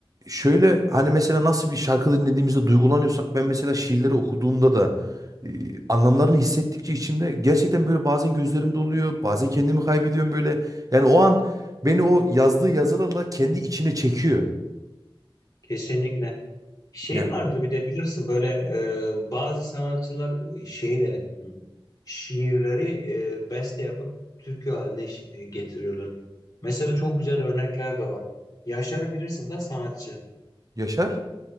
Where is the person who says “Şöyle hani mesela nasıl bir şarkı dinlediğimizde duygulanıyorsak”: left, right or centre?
Right